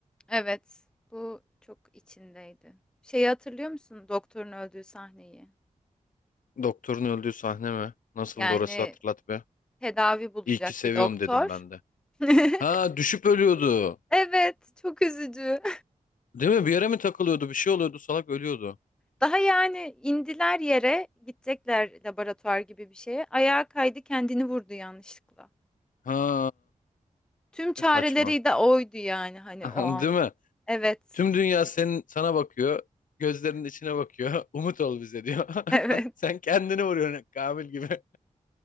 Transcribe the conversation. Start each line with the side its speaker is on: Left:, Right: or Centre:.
Centre: Evet, bu çok içindeydi. Şeyi hatırlıyor musun? Doktorun öldüğü sahneyi.
Left: Doktorun öldüğü sahne mi? Nasıldı
Centre: Yani
Left: orası hatırlat be.
Centre: tedavi bulacak
Left: İyi ki seviyorum
Centre: bir doktor.
Left: dedim ben de.
Centre: <laughs>
Left: Ha düşüp ölüyordu.
Centre: Evet, çok üzücü.
Left: Değil mi? Bir yere mi takılıyordu? Bir şey oluyordu. Salak ölüyordu.
Centre: Daha yani indiler yere, gidecekler laboratuvar gibi bir şeye. Ayağa kaydı, kendini vurdu yanlışlıkla.
Left: Ha
Centre: Tüm çareleri
Left: ne saçma.
Centre: de oydu yani hani
Left: <laughs>
Centre: o
Left: Değil
Centre: an.
Left: mi?
Centre: Evet.
Left: Tüm
Centre: <laughs>
Left: dünya senin sana bakıyor. Gözlerinin içine bakıyor. <laughs> Umut ol bize diyor.
Centre: Evet.
Left: <laughs> Sen kendini vuruyorsun Kamil gibi. <laughs>